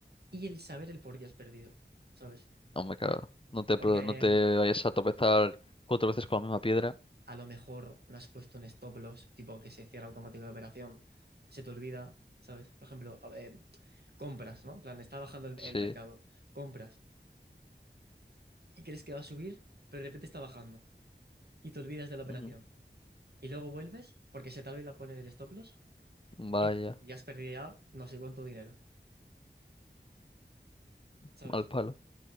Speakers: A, on the right; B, on the left.
A: y el saber el por qué has perdido, ¿sabes?
B: No me cago. No te,
A: Porque
B: pro- no te
A: eh,
B: vayas a tropezar cuatro veces con la misma piedra.
A: a lo mejor no has puesto un stop loss, tipo que se cierra automático la operación, se te olvida, ¿sabes? Por ejemplo, a- eh, compras, ¿no? En plan, está bajando el,
B: Sí.
A: el mercado, compras y crees que va a subir, pero de repente está bajando y te olvidas de la operación.
B: Ujú.
A: Y luego vuelves porque se te olvida poner el stop loss,
B: Vaya,
A: ¿qué? Y has perdido ya no sé cuánto dinero, ¿sabes?
B: mal palo.